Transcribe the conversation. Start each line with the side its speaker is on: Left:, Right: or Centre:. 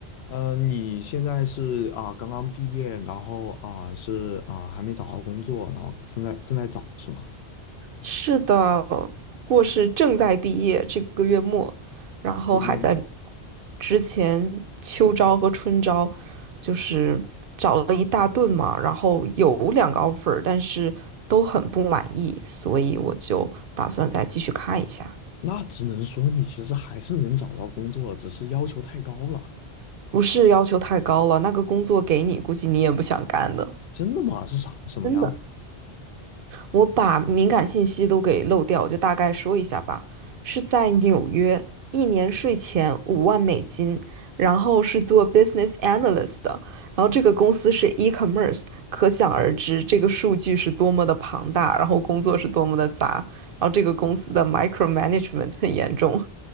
Left: 嗯，你现在是啊、刚刚毕业，然后啊、是啊、还没找到工作，然后正在正在找是吗？
Right: 是的，不过是正在毕业，这个月末，然后还在
Left: 这个月末，
Right: 之前秋招和春招，就是找了一大顿嘛，然后有两个 offer，但是都很不满意，所以我就打算再继续看一下。
Left: 那只能说你其实还是能找到工作，只是要求太高了。
Right: 不是要求太高了，那个工作给你，估计你也不想干的，
Left: 真的吗？是啥什么样子？
Right: 真的。我把敏感信息都给漏掉，我就大概说一下吧。是在纽约，一年税前五万美金，然后是做 business analyst 的，然后这个公司是 e-commerce，可想而知这个数据是多么的庞大，然后工作是多么的杂，然后这个公司的 micromanagement 很严重。